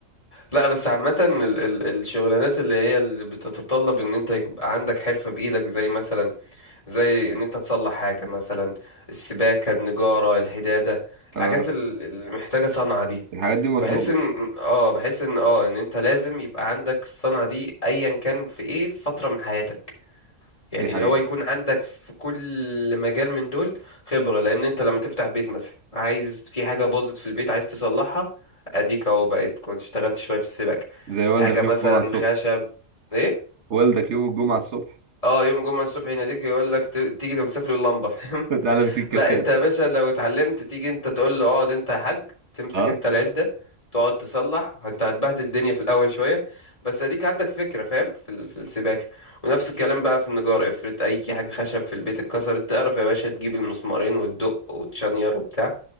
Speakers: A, on the left (about 25°); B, on the right (about 60°).
A: لا بس عامة ال- ال- الشغلانات اللي هي اللي بتتطلب ان انت يبقى عندك حرفة بايدك زي مثلا زي ان انت تصلح حاجة مثلا السباكة النجارة الحدادة الحاجات
B: اه
A: ال- اللي محتاجة صنعة دي
B: الحاجات دي مطلوبة
A: بحس ان اه بحس ان اه ان انت لازم يبقى عندك الصنعة دي ايا كان في ايه في فترة من حياتك يعني
B: دي حقيقة
A: اللي هو يكون عندك في كل مجال من دول خبرة لأن أنت لما تفتح بيت مثلا عايز في حاجة باظت في البيت عايز تصلحها أديك أهو بقيت كنت اشتغلت شوية في السباكة
B: زي والدك
A: حاجة مثلا
B: يوم الجمعة الصبح
A: خشب إيه؟
B: والدك يوم الجمعة الصبح
A: اه يوم الجمعة الصبح يناديك يقول لك ت- تيجي تمسك له اللمبة فاهم
B: تعالى امسك كشاف
A: لا انت يا باشا لو اتعلمت تيجي انت تقول له اقعد انت يا حاج تمسك
B: اه
A: انت العدة تقعد تصلح انت هتبهدل الدنيا في الاول شوية بس اديك عندك فكرة فاهم في ال- في السباكة ونفس الكلام بقى في النجار افرض اي حاجة خشب في البيت اتكسرت تعرف يا باشا تجيب المسمارين وتدق وتشنير وبتاع